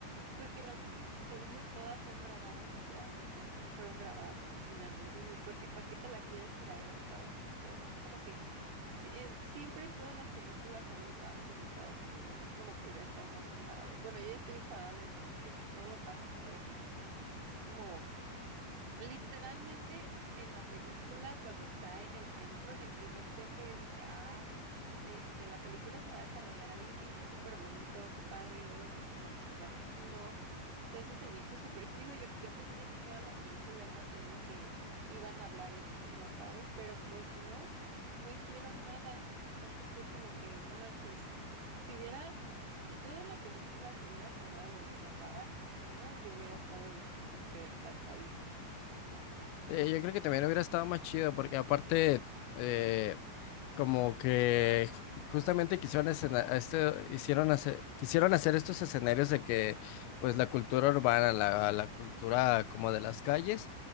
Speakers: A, on the right; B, on the left.
A: porque realmente, según yo, todas son grabadas allá, o sea, todas son, fueron grabadas en China, entonces es porque, ¿para qué te la quieres traer a Estados Unidos? Sabes, es como que si- eh, siempre en todas las películas algo pasa en Estados Unidos, es como que ya estamos enfadados. Bueno, yo ya estoy enfadada de eso, ¿no? De que todo pasa en Estados Unidos. Es como, Literalmente en la película, cuando está en el templo, en el primer templo, yo dije, ah, este, la película se va a desarrollar ahí, está súper bonito, qué padre. Y luego de que empezaron a hablar en chino, o sea, eso se me hizo súper chido. Yo, yo pensé que toda la película iba a ser de que iban a hablar en chino, ¿sabes? Pero pues no, no hicieron nada. Entonces fue como que, no manches, si hubiera, si toda la película se hubiera quedado de que hablaban en chino, yo hubiera estado de que súper encantadísima.
B: Eh, yo creo que también hubiera estado más chido porque aparte, eh, como que ju- justamente quisieron escena- este, hicieron hacer, quisieron hacer estos escenarios de que pues la cultura urbana, la, la cultura como de las calles,